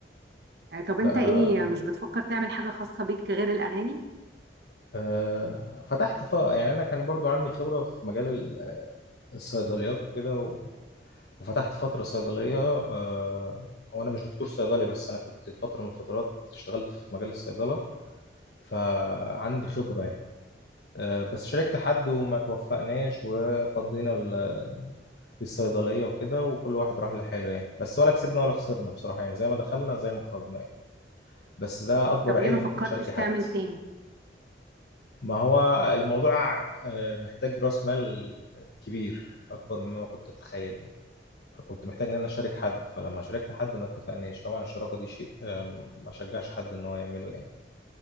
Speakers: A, on the right; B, on the left.
A: آه، طب
B: لا
A: انت
B: انا
A: ايه مش بتفكر تعمل حاجة خاصة بيك غير الاغاني
B: آه، فتحت ف... يعني انا كان برضو عندي خبره في مجال الصيدليات وكده و... وفتحت فترة صيدلية آه، هو أنا مش دكتور صيدلي بس أنا كنت فترة من الفترات اشتغلت في مجال الصيدلة فعندي خبرة يعني آه، بس شاركت حد وما توفقناش وفضينا ال- الصيدلية وكده وكل واحد راح لحاله يعني بس ولا كسبنا ولا خسرنا بصراحة يعني زي ما دخلنا زي ما خرجنا يعني بس ده أكبر
A: طب
B: عيب
A: ليه ما
B: إن
A: فكرتش
B: أنت تشاركي حد
A: تعمل تاني
B: ما هو الموضوع آه، محتاج رأس مال كبير أكبر مما كنت أتخيل يعني. فكنت محتاج ان انا اشارك حد فلما شاركت حد ما اتفقناش طبعا الشراكه دي شيء آم، ما شجعش حد ان هو يعمله يعني